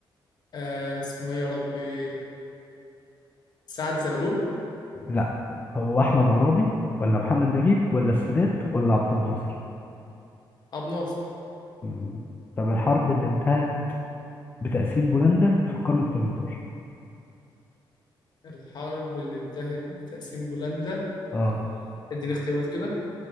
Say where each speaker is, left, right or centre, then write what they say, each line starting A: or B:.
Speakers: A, on the left (about 55°); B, on the left (about 25°).
A: آه اسمه إيه يا ربي؟ سعد زغلول
B: لا هو أحمد عرابي ولا محمد نجيب ولا السادات ولا عبد الناصر
A: أبو ناصر
B: مم. طب الحرب اللي انتهت بتقسيم بولندا في القرن ال 18
A: الحرب اللي انتهت بتقسيم بولندا
B: اه
A: اديني اختيارات كده